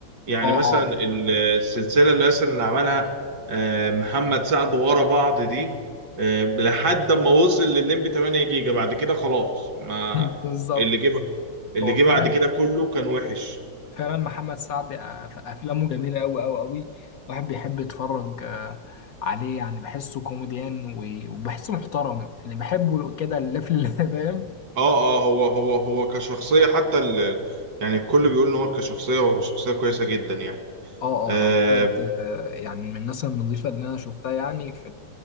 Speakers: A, on the right; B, on the left.
A: يعني
B: اه
A: مثلا
B: اه
A: السلسلة اللي مثلا اللي عملها آه، محمد سعد ورا بعض دي آه، لحد ما وصل للليمبي 8 جيجا بعد كده خلاص ما
B: <laughs> بالظبط
A: اللي جه اللي
B: هو
A: جه
B: فعلا
A: بعد كده كله كان وحش
B: فعلا محمد سعد آه، ف- افلامه جميله قوي قوي قوي الواحد بيحب يتفرج آه، عليه يعني بحسه كوميديان و- وبحسه محترم يعني بحبه كده اللفل اللي <laughs> فاهم
A: اه اه هو هو هو كشخصية حتى ال... يعني الكل بيقول ان هو كشخصية هو شخصية كويسة جدا يعني
B: اه
A: آه،
B: اه يعني بجد آه، يعني من الناس النظيفه اللي انا شفتها يعني في